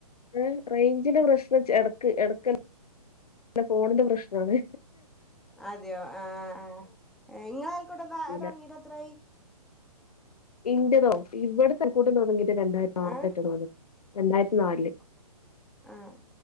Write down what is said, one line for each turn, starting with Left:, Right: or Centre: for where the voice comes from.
Left: ഏ റേഞ്ചിന്റെ പ്രശ്നം എടക്ക് എ ടക്ക ഫോണിന്റെ പ്രശ്നണ്
Centre: അതെയോ ആ ആ ഇങ്ങളെ അയൽകൂട്ടം
Left: നോക്കിയില്ല
Centre: തുടങ്ങീട്ട് എത്രായി
Left: ഇന്റതോ ഇവിടെത്തെ അയൽക്കൂട്ടം തുടങ്ങിയിട്ട് രണ്ടായിരത്തി ആറിലറ്റ
Centre: ആ
Left: തോന്നുണ്‌ രണ്ടായിരത്തി നാലില്
Centre: ആഹ